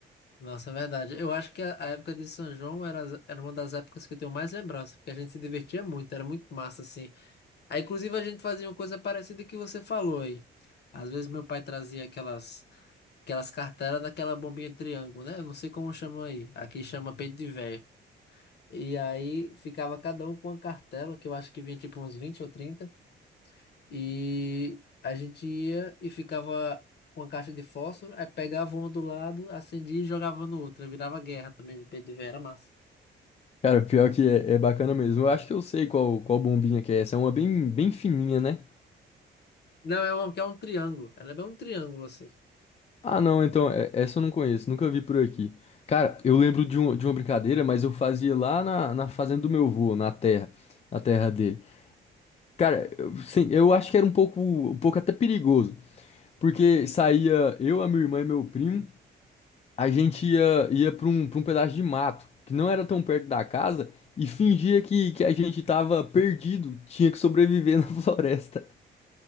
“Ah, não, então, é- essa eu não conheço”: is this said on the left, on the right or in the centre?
Left